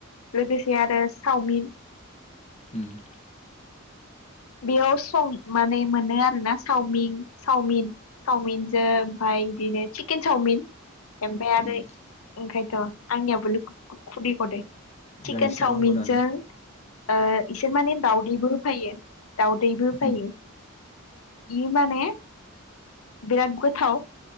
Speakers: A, on the left (about 80°); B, on the left (about 30°).
A: लोगोसे आरो चावमिन
B: उम
A: बेयाव सं माने मोनो आरोना चावमिन चावमिन चावमिनजों ओमफाय आइ दिनो चकेन चावमिन ओमफाय आरो
B: उम
A: ओंखायथ' आंनियाबो खुदै गदों चिकेन
B: जाहैसै नामा
A: चावमिनजों
B: होमबा दानो
A: ओ इसोर माने दाउदैबो होफैयो दाउदैबो फैयो
B: उम
A: इयो माने बिराद गोथाव